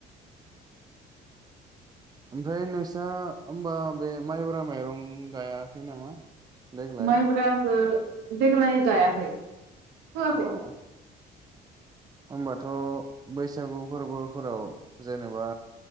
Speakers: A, on the right (about 25°); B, on the right (about 85°).
A: ओमफ्राय नोंस्रा होमबा बे माइब्रा माइरं गायाखै नामा देग्लाय
B: माइब्राखो देग्लाय गायाखै फोयाखै
A: अ होमबाथ' बैसागु फोरबोफोराव जेनेबा